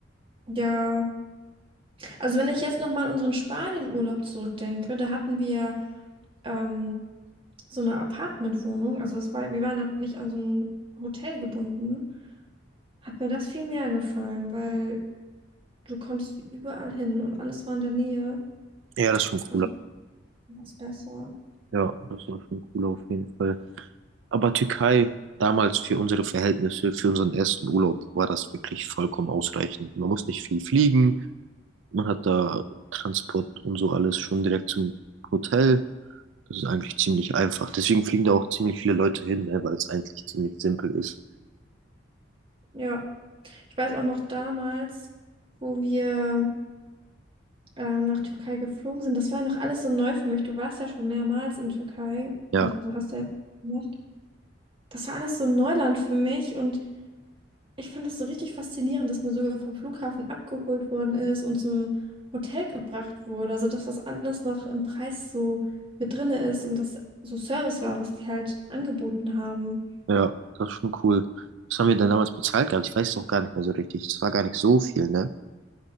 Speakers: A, on the right (about 30°); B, on the right (about 90°).
A: Ja, also wenn ich jetzt nochmal an unseren Spanien-Urlaub zurückdenke, da hatten wir ähm, so eine Apartmentwohnung, also das war, wir waren dann nicht an so ein Hotel gebunden, hat mir das viel mehr gefallen, weil du konntest überall hin und alles war in der Nähe.
B: Ja, das ist schon cooler.
A: Also was besser.
B: Ja, das war schon cooler auf jeden Fall. Aber Türkei, damals für unsere Verhältnisse, für unseren ersten Urlaub, war das wirklich vollkommen ausreichend. Man muss nicht viel fliegen. Man hat da Transport und so alles schon direkt zum Hotel. Das ist eigentlich ziemlich einfach. Deswegen fliegen da auch ziemlich viele Leute hin, ne? Weil es eigentlich ziemlich simpel ist.
A: Ja, ich weiß auch noch damals, wo wir ähm, nach Türkei geflogen sind. Das war ja noch alles so neu für mich. Du warst ja schon mehrmals in Türkei.
B: Ja,
A: Also du hast ja gemacht. Das war alles so Neuland für mich und ich fand das so richtig faszinierend, dass man sogar vom Flughafen abgeholt worden ist und zum Hotel gebracht wurde. Also dass das alles noch im Preis so mit drinne ist und das so Service war, was die halt angeboten haben.
B: ja, das ist schon cool. Was haben wir denn damals bezahlt gehabt? Ich weiß es auch gar nicht mehr so richtig. Es war gar nicht so viel, ne?